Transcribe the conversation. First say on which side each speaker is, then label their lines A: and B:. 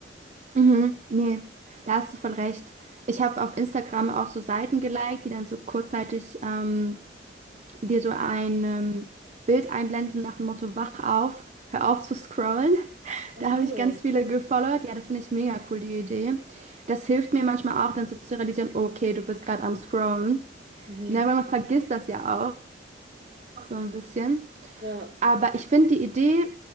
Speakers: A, on the right; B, on the right.
A: Mhm, nee, da hast du voll recht. Ich habe auf Instagram auch so Seiten geliked, die dann so kurzzeitig ähm, dir so ein ähm, Bild einblenden nach dem Motto, wach auf, hör auf zu scrollen. <laughs>
B: Ach,
A: Da habe
B: cool.
A: ich ganz viele gefollowt. Ja, das finde ich mega cool, die Idee. Das hilft mir manchmal auch, dann so zu realisieren, okay, du bist gerade am Scrollen.
B: Mhm.
A: Ne, weil man vergisst das ja auch so ein bisschen.
B: Ja,
A: Aber ich finde die Idee,